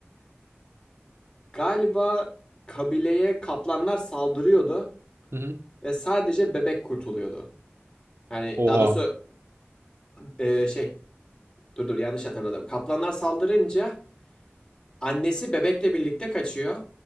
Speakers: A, on the left; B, on the right.
A: <laughs> Galiba kabileye kaplanlar saldırıyordu
B: Hı hı.
A: ve sadece bebek kurtuluyordu. Yani
B: Oha.
A: daha doğrusu e, şey Dur dur yanlış hatırladım. Kaplanlar saldırınca annesi bebekle birlikte kaçıyor.